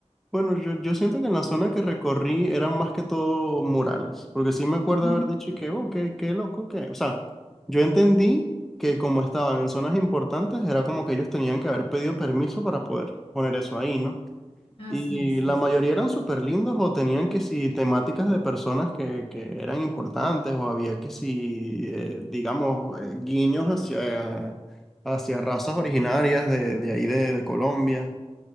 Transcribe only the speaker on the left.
Ujú,
Así
es, sí
es.